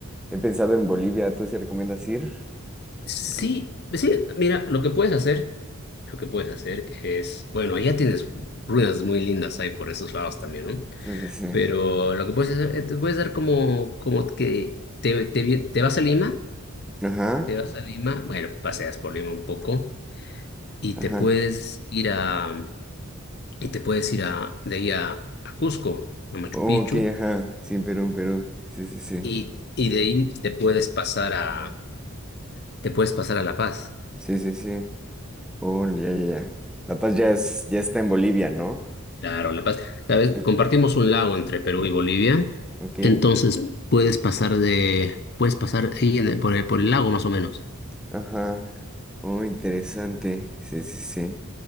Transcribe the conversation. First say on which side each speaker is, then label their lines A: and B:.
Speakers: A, in the centre; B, on the left.
A: he pensado en Bolivia, ¿tú sí recomiendas ir?
B: Sí,
A: <laughs>
B: pues sí, mira, lo que puedes hacer, lo que puedes hacer es, bueno, allá tienes ruinas muy lindas ahí por esos lados también, ¿no?
A: Sí, sí, sí,
B: Pero lo que puedes hacer, eh, te puedes dar como, como que te, te, vi- te vas a Lima,
A: ajá,
B: te vas a Lima, bueno, paseas por Lima un poco y
A: ajá,
B: te puedes ir a, y te puedes ir a, de ahí a, a Cusco, a Machu
A: oh,
B: Picchu
A: ok, ajá, sí, Perú, Perú, sí, sí, sí.
B: Y, y de ahí te puedes pasar a, te puedes pasar a La Paz.
A: Sí, sí, sí. Oh, ya, ya, ya. La Paz ya es, ya está en Bolivia, ¿no?
B: Claro, La Paz. ¿Sabes?
A: Eh,
B: Compartimos
A: ajá,
B: un lago entre Perú y Bolivia.
A: Ok.
B: Entonces puedes pasar de, puedes pasar ahí en el- por el, por el lago más o menos.
A: Ajá. Oh, interesante. Sí, sí, sí.